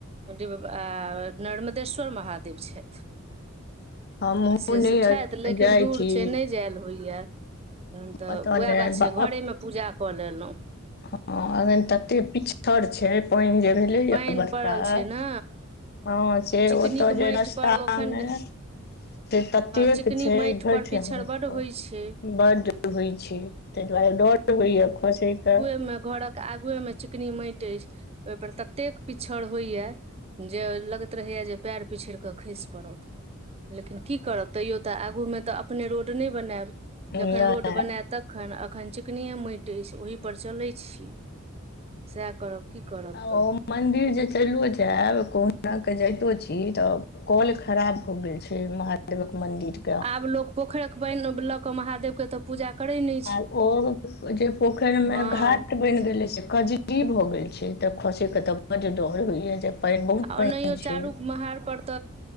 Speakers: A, on the right; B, on the left.
A: आ नर्मदेश्वर महादेव छैथ।
B: हमहूँ
A: से
B: नहि
A: सब छैथ लेकिन
B: जाइ
A: दूर
B: छी
A: छैय नै जैल होइए। तखन त
B: एतऽ
A: उहे
B: नहि
A: बात छैय घरेमे पूजा कऽ लेलौं।
B: ह अखैन तते पिछड़ छैय पाइन जे भेलये
A: पानि
B: बरसात
A: पड़ल छै ने
B: हँ से
A: चिकनीक
B: ओतऽ जे
A: माटि
B: रस्तामे
A: पर एखन
B: से ततेक
A: चिकनी
B: छैय
A: माटि
B: भइर
A: पर
B: ठेहुन
A: पिछड़ बड्ड होइ छै
B: बड्ड होइ छैय। तय दुआरे डर त होइये खसयकेऽ।
A: हमर घरके आगुए में चिकनी माइट अइछ ओय पर ततेक पिछड़ होइया जे लगैत रहैया जे पैर पिछड़ क खइस पड़त। लेकिन की करब तैयो त आगूमे त अपने रोड नै बनैब
B: नहि
A: जखन रोड बनैत त तखन अखन चिकनिये माइट अइछ ओहिपर चलै छी। सएह करब की करब
B: ओ
A: त।
B: मन्दिर जे चैलो जैब कहुनाके जाइतो छी तब कऽल खराब भ गेल छैय महादेवक मंदिरके
A: आब लोक पोखरक पाइन ल के महादेवके त पूजा करय नै
B: आ ओ जे पोखैरमे
A: हँ
B: घाट बइन गेलै से कजरी भ गेल छैय त खसैके त बड डर होइये जे पानि बहुत
A: आ
B: पानि
A: ओनहियो चारूक
B: छै
A: महार पर त